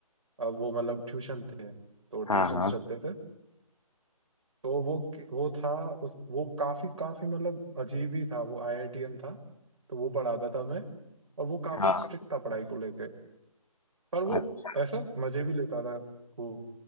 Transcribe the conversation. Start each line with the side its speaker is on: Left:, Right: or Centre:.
Right: अब वो मतलब ट्यूशन थे तो ट्यूशन
Left: हाँ हाँ
Right: चलते थे तो वो वो था उस वो काफी काफी मतलब अजीब ही था वो आईआईटीएन था तो वो पढ़ाता था मैं और वो काफी
Left: हाँ
Right: स्ट्रिक्ट था पढ़ाई को लेके पर वो
Left: अच्छा।
Right: ऐसा मजे भी लेता था खूब